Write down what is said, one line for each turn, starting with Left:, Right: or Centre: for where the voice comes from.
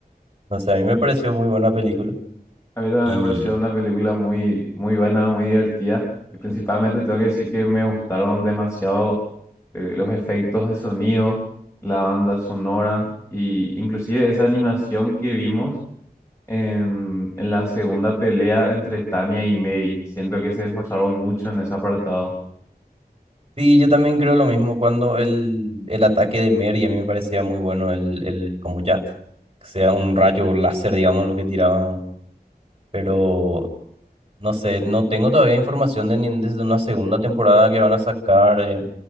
Right: no sé, a mí me pareció muy buena película.
Left: A mí también
Right: Y
Left: me pareció una película muy, muy buena, muy divertida. Y principalmente tengo que decir que me gustaron demasiado eh, los efectos de sonido, la banda sonora y inclusive esa animación que vimos en, en la segunda pelea entre Tania y Mary. Siento que se esforzaron mucho en ese apartado.
Right: sí, yo también creo lo mismo cuando el, el ataque de Mary, a mí me parecía muy bueno el, el como ya sea un rayo láser, digamos, lo que tiraba. Pero No sé, no tengo todavía información de, ni- desde una segunda temporada que van a sacar. eh,